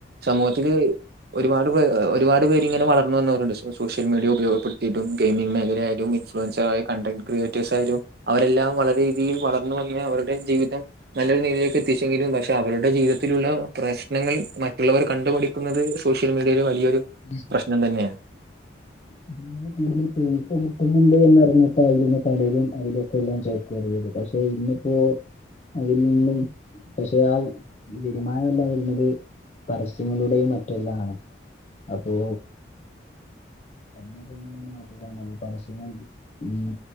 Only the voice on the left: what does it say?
<inaudible>
ഇതിന് കൂടുതൽ പൈസ- കിട്ടുന്നുണ്ട് എന്നറിഞ്ഞിട്ടായിരുന്നു- പലരും അവയിലൊക്കെ എല്ലാം- ചേർക്കറിയത് പക്ഷേ ഇന്ന്, ഇപ്പോ അയിൽ നിന്നും പക്ഷെ ആ വരുമാനമല്ലാംരുന്നത്. പരസ്യങ്ങളുടെയും മറ്റെല്ലാംണ്. അപ്പോ? അന്ന് പിന്നെ എങ്ങനെയാണ്- നോക്ക നല്ല പരസ്യങ്ങൾ. ഉം